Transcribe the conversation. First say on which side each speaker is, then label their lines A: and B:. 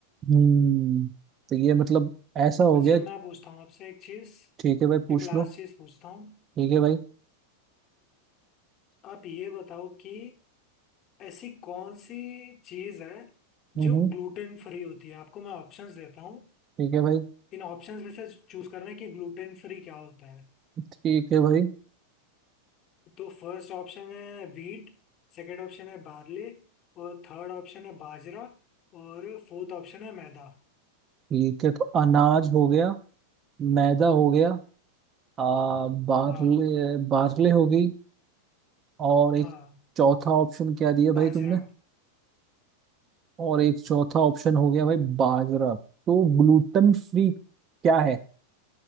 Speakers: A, on the right; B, on the left.
A: हम्म तो ये मतलब ऐसा हो
B: अच्छा
A: गया कि
B: मैं पूछता हूँ आपसे एक चीज
A: ठीक है भाई पूछ
B: एक लास्ट
A: लो
B: चीज पूछता हूँ
A: ठीक है भाई
B: अ, आप ये बताओ कि ऐसी कौन सी चीज है
A: हम्म
B: जो ग्लूटेन फ्री होती है आपको मैं ऑप्शंस देता हूँ
A: ठीक है भाई
B: इन ऑप्शंस में से चूज करना है कि ग्लूटेन फ्री क्या होता है
A: ठीक है भाई
B: तो फर्स्ट ऑप्शन है व्हीट सेकंड ऑप्शन है बार्ले और थर्ड ऑप्शन है बाजरा और फोर्थ ऑप्शन है मैदा
A: ठीक है तो अनाज हो गया मैदा हो गया आ बार्ले
B: हाँ
A: बार्ले हो गई और
B: हाँ
A: एक चौथा ऑप्शन क्या दिया
B: बाजरा
A: भाई तुमने और एक चौथा ऑप्शन हो गया भाई बाजरा तो ग्लूटन फ्री क्या है